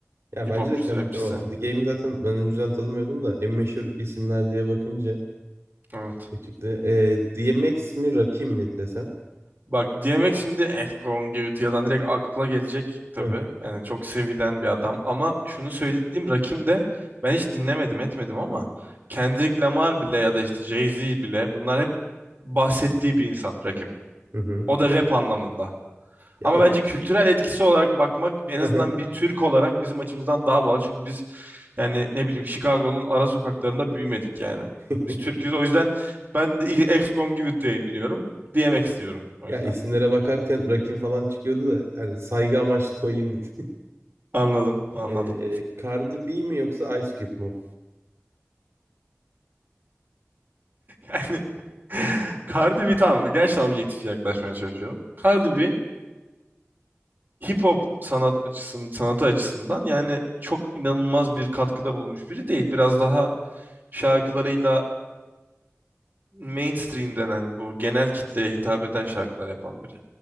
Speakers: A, on the right; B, on the right.
A: Ya
B: hip
A: bence
B: hopçusu,
A: de Kendrick
B: rapçisi.
A: Lamar. The Game'i zaten ben önceden tanımıyordum da en meşhur isimler diye bakınca
B: Evet.
A: Çıktı. Ee, DMX mi Rakim mi desem?
B: Bak DMX şimdi Akon gibi Excongivitia'dan direkt akla gelecek tabii.
A: Hı hı.
B: Yani çok sevilen bir adam ama şunu söyleyeyim Rakim de ben hiç dinlemedim etmedim ama Kendrick Lamar bile ya da işte Jay-Z bile bunlar hep bahsettiği bir insan Rakim.
A: Hı hı.
B: O da rap anlamında.
A: Ya
B: Ama bence kültürel etkisi olarak bakmak en
A: hı
B: azından
A: hı.
B: bir Türk olarak bizim açımızdan daha doğal. Çünkü biz yani ne bileyim Chicago'nun ara sokaklarında büyümedik yani.
A: <laughs>
B: Biz Türk'üz. O yüzden ben de ex-Congivite'yi biliyorum diyemek istiyorum o yüzden.
A: Ya isimlere bakarken Rakim falan çıkıyordu da yani saygı amaçlı koyayım dedim. <laughs>
B: Anladım, anladım.
A: Ee, Cardi B mi yoksa Ice Cube mu?
B: Yani <laughs> Cardi B tamam gerçekten objektif yaklaşmaya çalışıyorum. Cardi B hip hop sanat açısından sanatı açısından yani çok inanılmaz bir katkıda bulunmuş biri değil. Biraz daha şarkılarıyla mainstream denen bu genel kitleye hitap eden şarkılar yapan biri.